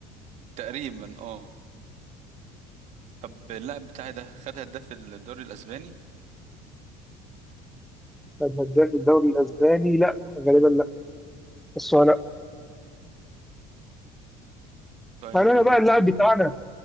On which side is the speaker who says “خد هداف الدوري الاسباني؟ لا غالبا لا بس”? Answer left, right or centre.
Centre